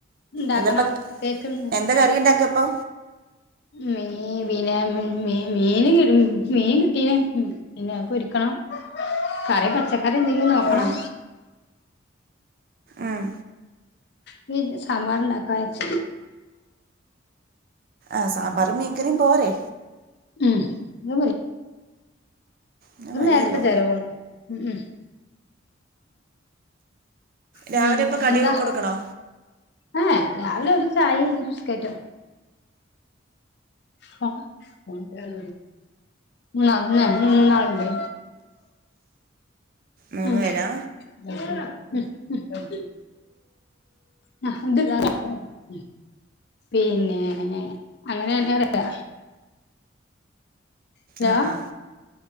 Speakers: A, on the left; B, on the right.
A: ഉണ്ടാക്കണം
B: എന്താപ്പ
A: കേക്ക്ണ്ട്
B: എന്താ കറി ഇണ്ടാക്കപ്പൊ
A: മീ മീ പിന്നെ മീ മീന് മീൻ കിട്ടീന് പിന്നെ അ പൊരിക്കണം കറി പച്ചക്കറി ന്തെങ്കിലും നോക്കണം
B: ഉം ഉം
A: ഞ്ഞിന്ന് സാമ്പാറ്ണ്ടാക്കാവെച്ച്
B: ആഹ് സാമ്പാറും മീൻകറിം പോരെ
A: ഉം <unintelligible>
B: അത്
A: ഒര്
B: മതിയല്ലോ
A: നേരത്തെ ചെലവോള്ളു മ്ഹ് പിന്നെ
B: രാവിലെ ഇപ്പൊ കടിയൊക്കെ
A: എന്താ
B: കൊടുക്കണോ
A: ഏഹ് രാവിലെ ഒരു ചായേം ബിസ്കറ്റും <unintelligible> മൂന്നാൾ മൂന്നാൾ മുമൂന്നാളുണ്ട്
B: മൂന്ന്
A: ന്ന്
B: പേരാ
A: ഉം ഉം ഉം <unintelligible> പിന്നെ അങ്ങനന്നെറയാ അലോ
B: ആ ആ